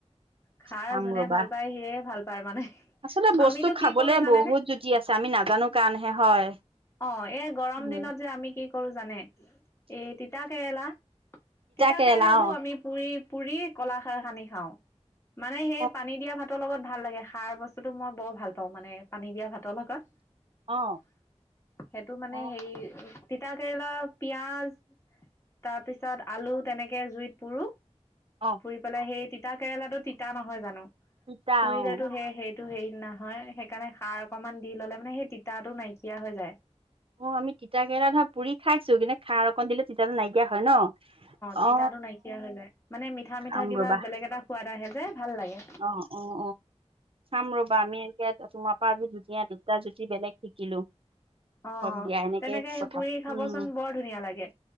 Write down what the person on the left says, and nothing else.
খাৰ
যোনে
ভাল পায় সিয়েই ভাল পায় মানে
আমিতো
কি কৰো জানেনে,
অ এই গৰম
দিনত যে আমি কি। কৰো জানে! এই তিতা কেৰেলা, তিতা
কেৰেলাতো
আমি পুৰি। পুুৰীত। কলাখাৰ সানি খাওঁ মানে সেই
পানী দিয়া ভাত। ভাতৰ লগত ভাল লাগে সাৰ বস্তুতটো মই বৰ ভাল পাওঁ মানে পানী দিয়া ভাতৰ লগত।
সেইটো মানে
হেই তিতাকেৰেলা, পিয়াজ। তাৰপিছত আলু। তেনেকে জুইত পুৰো।
পুৰি পেলাই সেই। তিতা কেৰেলাতো তিতা নহয় জানো।
পুৰিলেতো
সে সেই। টো হেৰি নহয় সেইকাৰণে সাৰ অকনমান দি ল'লে মানে সেই তিতাটো নাইকিয়া হৈ যায়।
তিতাটো
নাইকিয়া হৈ যায় মানে মিঠা
মিঠা কিবা
বেলেগ এটা সোৱাদ আহে যে ভাল লাগে।
অ
তেনেকে সেই
পুৰি খাবচোন
বৰ ধুনীয়া লাগে।